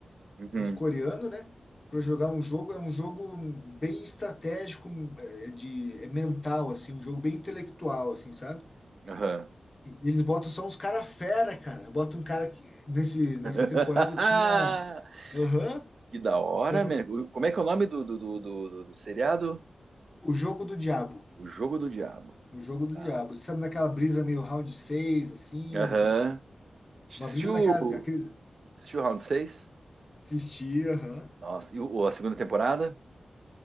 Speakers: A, on the right; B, on the left.
A: Uhum.
B: uns coreanos, né, para jogar um jogo, é um jogo bem estratégico, é, de é mental assim, um jogo bem intelectual assim, sabe?
A: Aham.
B: E eles botam só uns cara fera, cara. Bota um cara que nesse
A: <laughs>
B: nessa temporada tinha Aham.
A: Que da hora,
B: Nessa
A: man. Como é que é o nome do, do, do, do- do seriado?
B: O Jogo do Diabo.
A: O Jogo do Diabo.
B: O Jogo do
A: Tá.
B: Diabo. Sabe naquela brisa meio round 6 assim?
A: Aham. Assistiu,
B: Uma brisa naquela. Aquele...
A: assistiu o Round seis
B: Assistia, aham.
A: Nossa, e o- a segunda temporada?